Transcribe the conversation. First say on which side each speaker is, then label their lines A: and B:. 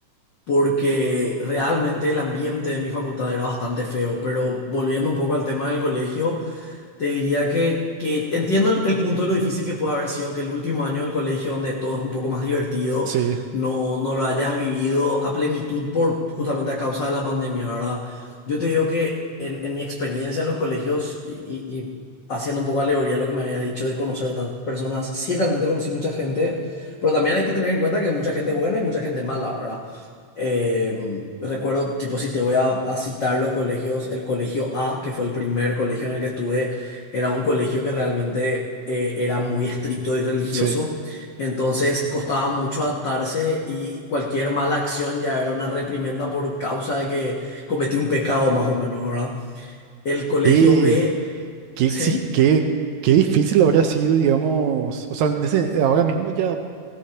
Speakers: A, on the left; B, on the right.
A: porque realmente el ambiente de mi facultad era bastante feo. Pero volviendo un poco al tema del colegio... Te diría que, que entiendo el, el punto de lo difícil que puede haber sido que el último año del colegio, donde todo es un poco más divertido,
B: Sí,
A: no, no lo hayas vivido a plenitud por justamente a causa de la pandemia, ¿verdad? Yo te digo que en, en mi experiencia en los colegios y, y- y haciendo un poco alegoría a lo que me habías dicho de conocer tantas personas, sí realmente conocí mucha gente, pero también hay que tener en cuenta que hay mucha gente buena y mucha gente mala, ¿verdad? Eh, recuerdo, tipo, si te voy a, a citar los colegios, el colegio A, que fue el primer colegio en el que estuve. Era un colegio que realmente eh, era muy estricto y religioso,
B: sí.
A: entonces costaba mucho adaptarse y cualquier mala acción ya era una reprimenda por causa de que cometí un pecado más o menos, ¿verdad? El colegio
B: Qué,
A: B,
B: qué,
A: sí,
B: exi- qué, qué difícil habrá sido, digamos, o sea, en ese- ahora mismo ya,